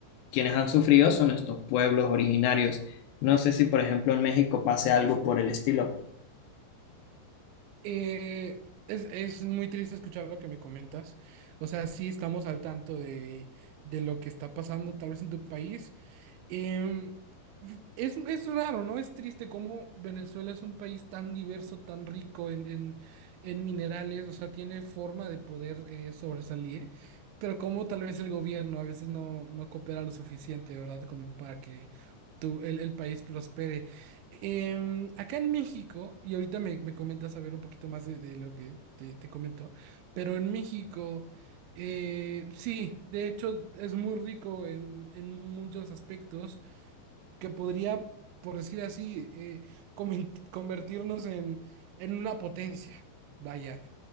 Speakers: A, on the left; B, on the right.
A: quienes han sufrido son estos pueblos originarios. No sé si, por ejemplo, en México pase algo por el estilo.
B: Eh, es, es muy triste escuchar lo que me comentas. O sea, sí estamos al tanto de, de lo que está pasando tal vez en tu país. Em, es, es raro, ¿no? Es triste cómo Venezuela es un país tan diverso, tan rico en, en- en minerales, o sea, tiene forma de poder eh, sobresalir, pero como tal vez el gobierno a veces no, no coopera lo suficiente, ¿verdad? Como para que tu- el, el país prospere. Em, acá en México, y ahorita me, me comentas a ver un poquito más de, de lo que te, te comentó, pero en México, eh, sí, de hecho es muy rico en, en muchos aspectos que podría, por decir así, eh, comen- convertirnos en, en una potencia, vaya.